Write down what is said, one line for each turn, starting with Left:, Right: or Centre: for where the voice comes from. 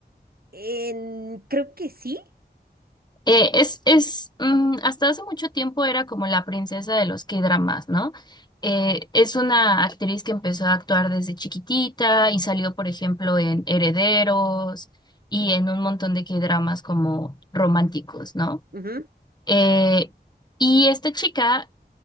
Right: En- creo que sí.
Left: Eh, es, es, mm, hasta hace mucho tiempo era como la princesa de los K-dramas, ¿no? Eh, es una actriz que empezó a actuar desde chiquitita y salió, por ejemplo, en Herederos y en un montón de K-dramas como románticos, ¿no?
Right: Ujú,
Left: Eh, y esta chica